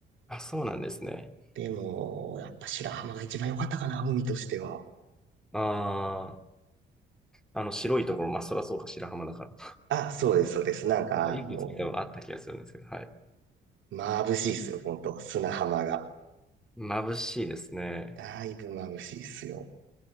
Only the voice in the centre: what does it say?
あ、そうなんですね。
ああ、あの、白いところ、まあ、そらそうか、白浜だから。
なんかいくつか多分あった気がするんですけど、
はい。
眩しいですね。